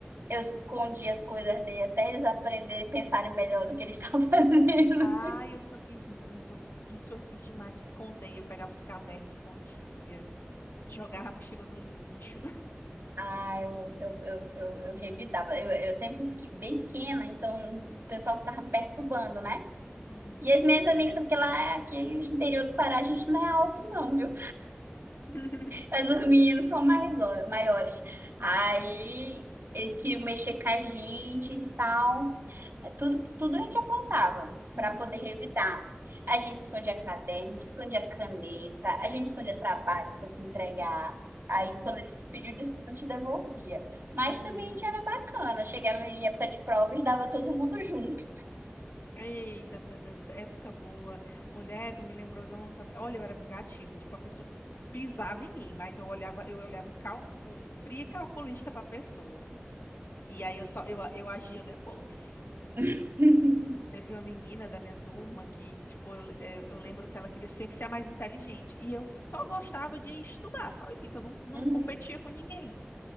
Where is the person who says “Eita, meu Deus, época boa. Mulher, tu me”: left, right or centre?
Left